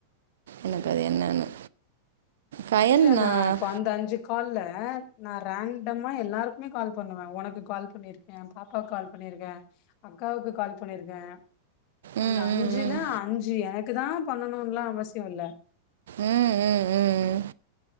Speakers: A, on the right (about 60°); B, on the left (about 40°).
A: எனக்கு அது என்னன்னு கயல்
B: இல்ல
A: நான்
B: நா இப்ப அந்த அஞ்சு கால்ல நா ரேண்டமா எல்லாருக்குமே கால் பண்ணுவே உனக்கு கால் பண்ணிருக்கே பாப்பா கால் பண்ணிருக்கே அக்காவுக்கு கால் பண்ணிருக்கே
A: ம்
B: அந்த அஞ்சுல
A: ம் ம்
B: அஞ்சு என க்கு தா பண்ணணுலா அவசியோ இல்ல
A: உம் உம் உம்